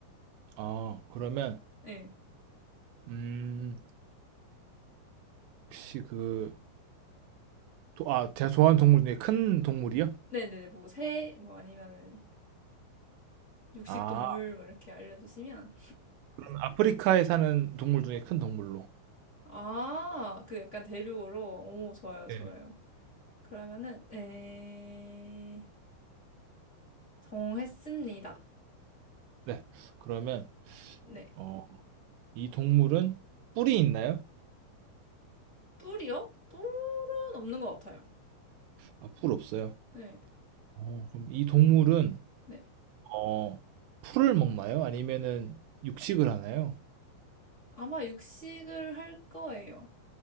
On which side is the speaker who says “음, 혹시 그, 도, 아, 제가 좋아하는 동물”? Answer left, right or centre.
Right